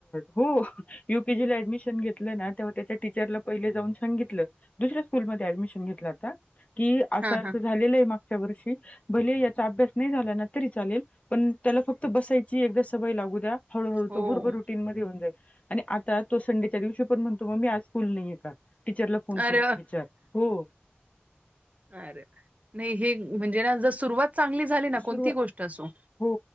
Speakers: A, on the left (about 35°); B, on the right (about 35°).
A: हो. युकेजी ला ऍडमिशन घेतलं ना तेव्हा त्याच्या टीचरला पहिले जाऊन सांगितलं. दुसऱ्या स्कूलमध्ये ऍडमिशन घेतलं आता की असं
B: हां,
A: अस
B: हां.
A: झालेलं आहे मागच्या वर्षी. भले याचा अभ्यास नाही झाला ना तरी चालेल पण त्याला फक्त बसायची एकदा सवय लागू द्या. हळूहळू
B: हो.
A: त बरोबर. तीन मध्ये होऊन जाईल आणि आता तो संडेच्या दिवशी पण म्हणतो मम्मी आज स्कूल नाहीये का. टीचरला फोन
B: अरे
A: करून विचार हो.
B: अरे अरे नाही हे म्हणजे ना जर सुरुवात. चांगली झाली ना
A: सुरुवात
B: कोणती गोष्ट असो
A: हो